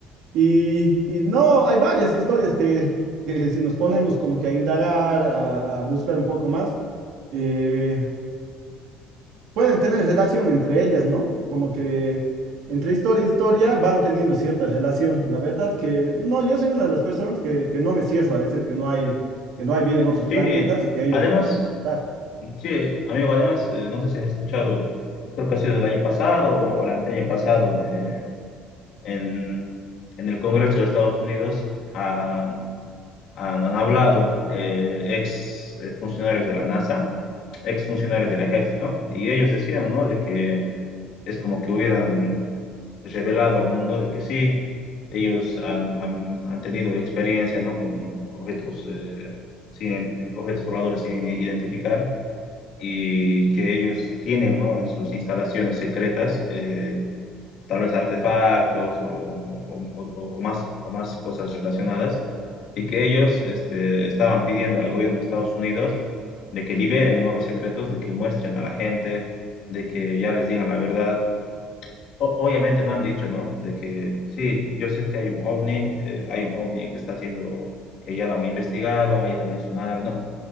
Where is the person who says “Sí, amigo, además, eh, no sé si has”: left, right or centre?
Left